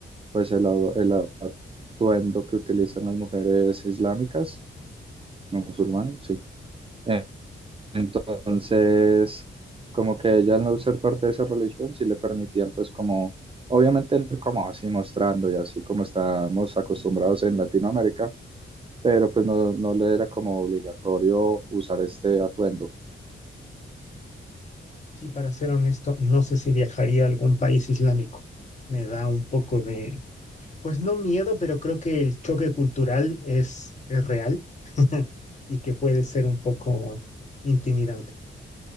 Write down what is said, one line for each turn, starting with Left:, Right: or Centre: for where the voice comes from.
Right: pues el, a- el atuendo que utilizan las mujeres islámicas musulmanes, sí. Eh, Entonces, como que ella al no ser parte de esa religión, sí le permitían, pues como, obviamente como así mostrando y así como estamos acostumbrados en Latinoamérica, pero pues no, no le era como obligatorio usar este atuendo.
Left: Sí, para ser honesto, no sé si viajaría a algún país islámico. Me da un poco de, Pues no miedo, pero creo que el choque cultural es, es real <laughs> y que puede ser un poco intimidante.